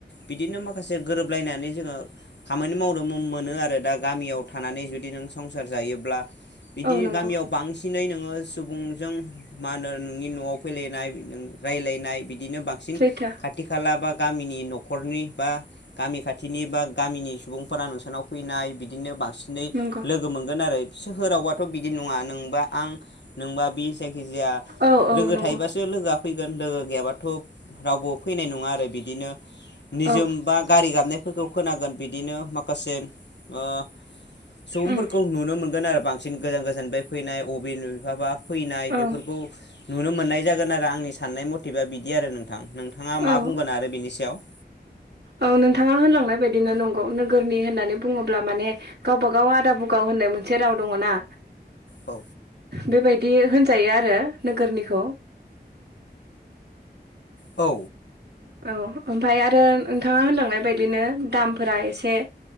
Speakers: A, on the left; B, on the right.
A: बिदिनो माखासे गोरोबलायनानै जोङो खामानि मावनो मोनो आरो दा गामियाव थानानै जुदि नों संसार जायोब्ला बिदि
B: औ नंगौ
A: गामियाव बांसिनै नोङो सुबुंजों मा होनो नोंनि न'आव फैलायनाय ओ रायलायनाय बिदिनो बांसिन
B: सैथो
A: खाथि खाला बा गामिनि नखरनि बा गामि खाथिनि बा गामिनि सुबुंफोरा नोंसानाव फैनाय बिदिनो बां सिनै
B: नंगौ
A: लोगो मोनगोन आरो सोहोरावबाथ' बिदि नङा नोंबा आं नोंबा बि जायखिजाया
B: औ औ
A: लोगो
B: नंगौ
A: थायोबासो लोगोआ फैगोन लोगो गैयाबाथ' रावबो फैनाय नङा आरो बिदिनो निजोम
B: औ
A: बा गारि गाबनाय फोरखौ खोनागोन बिदिनो माखासे ओ सुबुंफोरखौ
B: उम
A: नुनो मोनगोन आरो बांसिन गोजान गोजानफ्राय फैनाय अबिन बिफाबा फैनाय
B: औ
A: बेफोरखौ नुनो मोननाय जागोन आरो आंनि साननाय मथिभा बिदि आरो नोंथ थां नोंथाङा मा
B: औ
A: बुंगोन आरो बेनि सायाव
B: औ नोंथाङा होनलांनाय बायदिनो नंगौ नोगोरनि होननानै बुङोब्ला माने गावबागाव आदा बुगाव होननाय मोनसे राव दङ ना
A: औ
B: बेबायदि होनजायो आरो नोगोरनिखौ
A: औ
B: औ ओमफ्राय आरो नोंथाङा होनलांनाय बायदिनो दामफोरा एसे